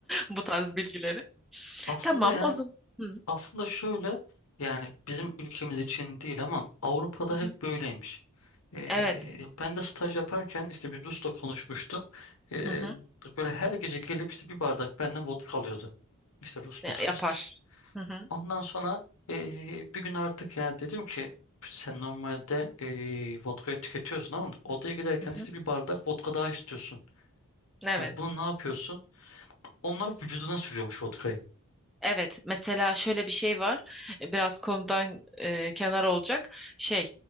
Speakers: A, in the centre; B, on the left (about 70°).
A: bu tarz bilgileri.
B: Aslında
A: Tamam,
B: ya
A: o zaman. Hı,
B: Aslında şöyle yani bizim ülkemiz için değil ama Avrupa'da
A: hı, hı.
B: hep böyleymiş. Ee,
A: Evet.
B: ben de staj yaparken işte bir Rus'la konuşmuştum. Ee,
A: Hı hı.
B: böyle her gece gelip işte bir bardak benden vodka alıyordu. İşte Rus
A: Ya-
B: bir turist.
A: Yapar. Hı hı.
B: Ondan sonra ee, bir gün artık yani dedim ki sen normalde ee, vodkayı tüketiyorsun ama odaya giderken
A: Hı hı.
B: işte bir bardak vodka daha istiyorsun.
A: Evet.
B: Yani bunu ne yapıyorsun? Onlar vücuduna sürüyormuş vodkayı.
A: Evet, mesela şöyle bir şey var. E, Biraz konudan e, kenar olacak. Şey,